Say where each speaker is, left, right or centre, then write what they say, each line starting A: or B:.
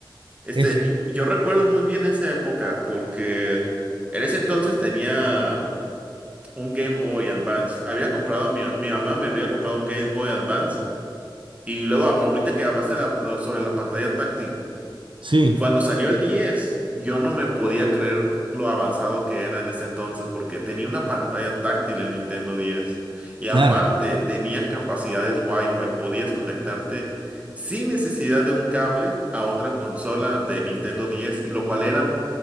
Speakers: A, on the right; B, on the right.
A: este,
B: es,
A: y- y yo recuerdo muy bien esa época, porque en ese entonces tenía un Game Boy Advance. Había comprado, mi, mi mamá me había comprado un Game Boy Advance. Y luego a- ahorita que hablaste la- sobre la pantalla táctil,
B: Sí,
A: cuando salió el 10, yo no me podía creer lo avanzado que era en ese entonces, porque tenía una pantalla táctil el Nintendo 10. Y
B: claro,
A: aparte tenía capacidades Wi-Fi, podías conectarte sin necesidad de un cable a otra consola de Nintendo 10, y lo cual era